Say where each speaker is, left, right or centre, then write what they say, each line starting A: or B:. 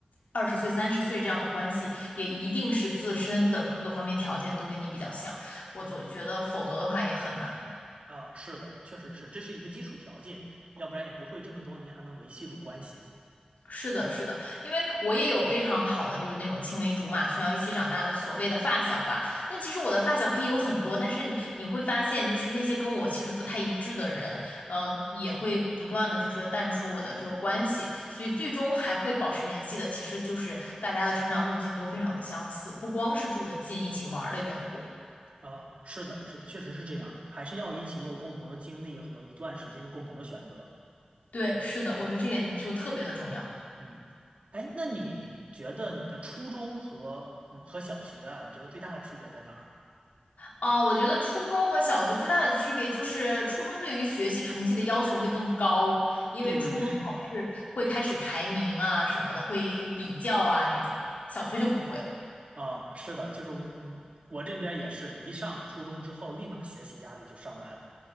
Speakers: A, on the left; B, on the right.
A: 二十岁、三十岁这样的关系，也一定是自身的各个方面条件都跟你比较像。我总觉得，否则的话也很难。
B: 啊，是的，确实是，这是一个基础条件，要不然也不会这么多年还能维系住关系。
A: 是的，是的，因为我也有非常好的，就是那种青梅竹马，从小一起长大的所谓的发小吧。但其实我的发小可以有很多，但是你你会发现，就是那些跟我其实不太一致的人，呃，也会不断的就是淡出我的这个关系。所以最终还会保持联系的，其实就是大家的成长路径都非常的相似，不光是住得近，一起玩儿的缘故。
B: 啊，是的，是的，确实是这样，还是要一起有共同的经历和一段时间共同的选择。
A: 对，是的，我觉得这点就特别的重要
B: 嗯，哎，那你觉得你的初中和嗯和小学啊，你觉得最大的区别在哪儿？
A: 啊，我觉得初中和小学最大的区别就是初中对于学习成绩的要求会更高，
B: <laughs>
A: 因为初中考试会开始排名啊什么的，
B: 对对对，
A: 会比较啊这种，小学就不会。
B: 啊，是的，就是我我这边也是一上初中之后，立马学习压力就上来了